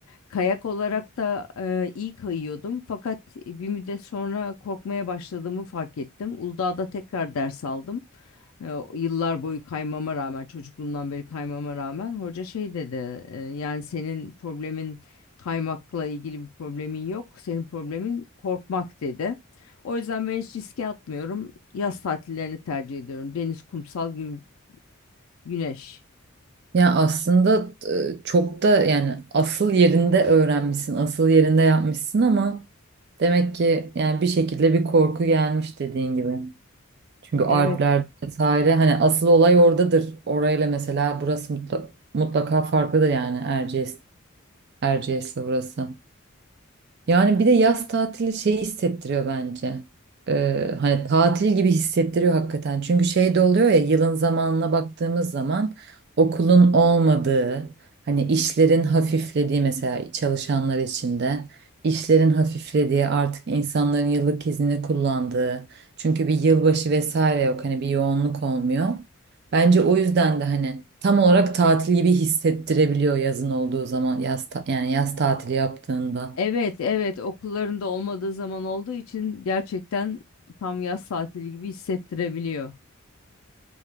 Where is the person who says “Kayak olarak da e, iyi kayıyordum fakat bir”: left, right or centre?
Left